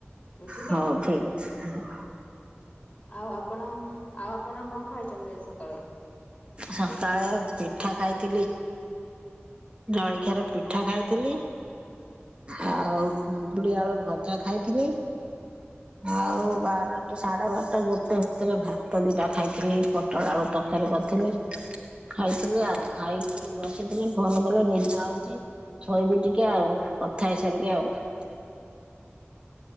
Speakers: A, on the left; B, on the right.
A: ବୁଝିଲେ
B: ହଉ ଠିକ୍ ଅଛି।
A: ଆଉ ଆପଣ ଆଉ ଆପଣ କଣ ଖାଇଚନ୍ତି ଆଜି ସକାଳେ?
B: ସକାଳେ ପିଠା ଖାଇଥିଲି। ଯଳଖିଆରେ ପିଠା ଖାଇଥିଲି। ଆଉ କୁନ୍ଦୁରି ଆଳୁ ଭଜା ଖାଇଥିଲି। ଆଉ ବାରଟା ସାଢେ ବାରଟା ଗୋଟେ ଭିତରେ ଭାତ ଦିଟା ଖାଇଥିଲି ପୋଟଳ ଆଳୁ ତରକାରୀ କରିଥିଲି। ଖାଇଥିଲି ଆଉ ଖାଇକି ବସିଥିଲେ ଫୋନ୍ କଲେ ନିଦ ହଉଚି ଶୋଇିବି ଟିକେ ଆଉ କଥା ହେଇସାରିକି ଆଉ। <inaudible>